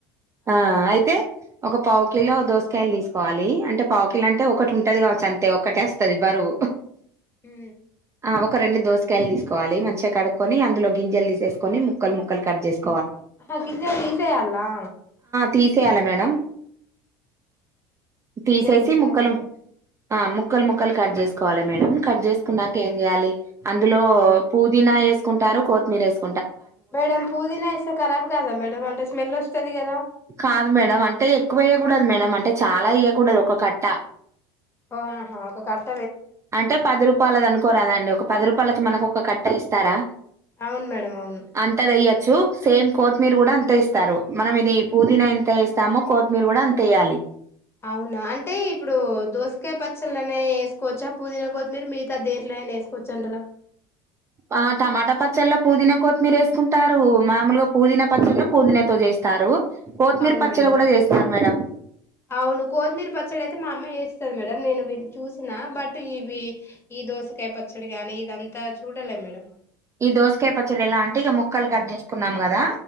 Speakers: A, on the right (about 25°); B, on the left (about 20°).
A: ఆ అయితే ఒక పావు కిలో దోసకాయలు తీసుకోవాలి అంటే పావు కల్ అంటే ఒకటి ఉంటది కావచ్చు అంతే ఒకటే వస్తది బరువు.
B: ఉ
A: ఆ ఒక రెండు దోసకాయలు తీసుకొవలి మంచిగా కడుక్కొని అందులో గింజలు తీసేకొని ముక్కలు ముక్కలు కట్ చేస్క్
B: ఆ గింజలు తీసేయల్లా
A: తీసేయాల మేడం తీసేసి
B: జల్ది సీనా
A: ముక్కలు
B: చొప్పు
A: ఆ ముక్కలు ముక్కలు కట్ చేసుకోవాలి మేడమ్ కట్ చేసుకున్నాక ఏం చేయాలి. అందులో
B: ఆ మేడం
A: పుదీనా యేసుకుంటారు కొత్తిమీర వేసుకు
B: మేడం పూదీనా యేస్తే కారబ్ కాదా మేడమ్ అంటే స్మెల్ వస్తది కదా.
A: కాదు మేడమ్ అంటే ఎక్కువెయ్యకూడదు మేడం అంటే చాలా యేయ్యకూడదు ఒక కట్ట.
B: ఉ హో ఒక కట్
A: అంటే పది రూపాయలది అనుకోరాదాండి ఒక పది రూపాయలకి మనకు ఒక కట్ట ఇస్తారా.
B: అవును మేడం అవును
A: అంత తెయొచ్చు సేమ్ కొత్తిమీర కూడా అంతే ఇస్తారు, మనం ఇది పుదీనా ఎంత యేస్తామో కొత్తిమీర కూడా అంతే వేయాలి.
B: అవునా అంటే ఇప్పుడు దోసకాయ పచ్చలనే యేస్క్ కొచ్చా పూదిన కొత్తిమీరి మిగతా దేంట్లో వేసుకోచ్చు అంటారా.
A: ఆ టమాటా పచ్చల్లా పుదీనా కొత్తిమీరు వేసుకుంటారు, మామూలుగా పుదీనా పచ్చళ్ళో పుదీనాతో చేస్తారు. కొత్తిమీర
B: అవును
A: పచ్చలు
B: మేడం
A: కూడా చేస్తారు మేడం
B: అవును కొత్తిమీర పచ్చడి అయితే మా అమ్మే చేస్తంది మేడం నేను చూసిన బట్ ఇవి ఈ దోసకాయ పచ్చడి కానీ ఇదంతా చూడాల మేడం.
A: ఈ దోసకాయ పచ్చడి ఎలా అంటే ఇక ముక్కలు కట్ చేసుకున్నాం కదా